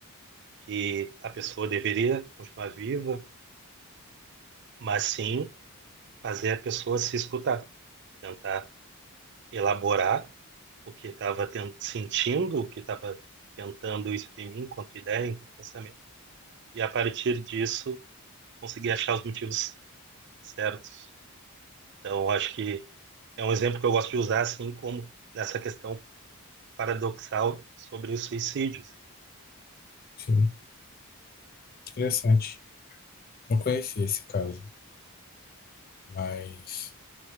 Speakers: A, on the right; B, on the left.
A: que a pessoa deveria continuar viva, mas sim fazer a pessoa se escutar, tentar elaborar o que estava sentindo, o que estava tentando exprimir enquanto ideia, enquanto pensamento, e a partir disso conseguir achar os motivos certos. Então, acho que é um exemplo que eu gosto de usar, assim como nessa questão paradoxal sobre os suicídios.
B: sim, interessante. Não conheci esse caso, mas